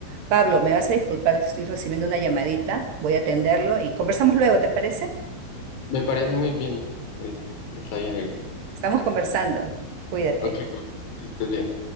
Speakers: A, on the right (about 65°); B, on the left (about 85°).
A: Pablo, me vas a disculpar, si estoy recibiendo una llamadita, voy a atenderlo y conversamos luego, ¿te parece?
B: me parece muy bien. Es- está bien, Erika.
A: Estamos conversando. Cuídate.
B: Ok, que estés bien.